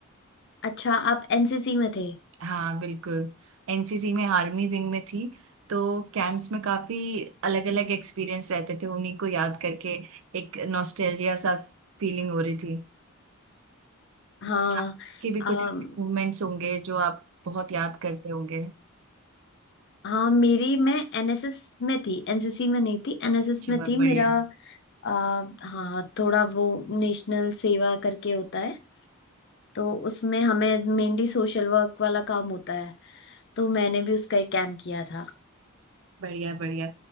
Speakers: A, on the left; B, on the right.
A: अच्छा आप एनसीसी में थे
B: हाँ बिल्कुल एनसीसी में आर्मी विंग में थी तो कैंप्स में काफी अलग अलग एक्सपीरियंस रहते थे उन्हीं को याद करके एक नॉस्टैल्जिया सा फीलिंग हो रही थी
A: हाँ
B: और आपके भी
A: अम,
B: कुछ ऐसे मूवमेंट्स होंगे जो आप बहुत याद करते होंगे
A: हाँ मेरी मैं एनएसएस में थी एनसीसी में नहीं थी एनएसएस
B: चलो
A: में थी मेरा
B: बढ़िया
A: आ, हाँ थोड़ा वो नेशनल सेवा करके होता है तो उसमें हमें मेनली सोशल वर्क वाला काम होता है तो मैंने भी उसका एक कैम्प किया था
B: बढ़िया बढ़िया